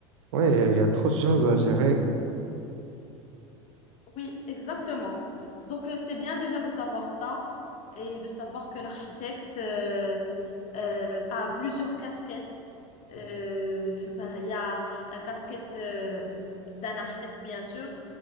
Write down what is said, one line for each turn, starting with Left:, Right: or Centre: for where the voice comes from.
Right: Oui, il y a trop de choses à gérer.
Left: Oui, exactement. Donc, euh, c'est bien déjà de savoir ça et de savoir que l'architecte euh, euh, a plusieurs casquettes. Euh, bah, il y a la casquette euh, d'un architecte, bien sûr.